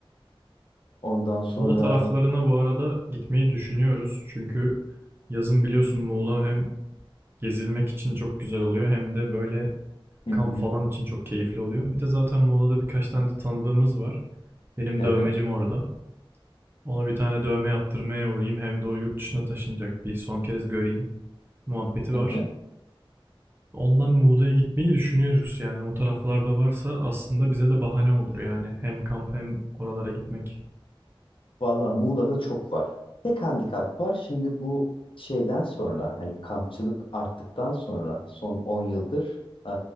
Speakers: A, on the left (about 65°); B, on the right (about 25°).
A: Ondan sonra...
B: Muğla taraflarına bu arada gitmeyi düşünüyoruz. Çünkü yazın biliyorsun Muğla hem gezilmek için çok güzel oluyor hem de böyle
A: Hı
B: kamp
A: hı,
B: falan için çok keyifli oluyor. Bir de zaten Muğla'da birkaç tane de tanıdığımız var. Benim
A: hı
B: dövmecim
A: hı,
B: orada. Ona bir tane dövme yaptırmaya uğrayayım. Hem de o yurt dışına taşınacak bir son kez göreyim muhabbeti
A: hı
B: var.
A: hı.
B: Ondan Muğla'ya gitmeyi düşünüyoruz yani. O taraflarda varsa aslında bize de bahane olur yani. Hem kamp hem oralara gitmek.
A: Valla Muğla'da çok var. Tek handikap var. Şimdi bu şeyden sonra hani kampçılık arttıktan sonra son 10 yıldır e,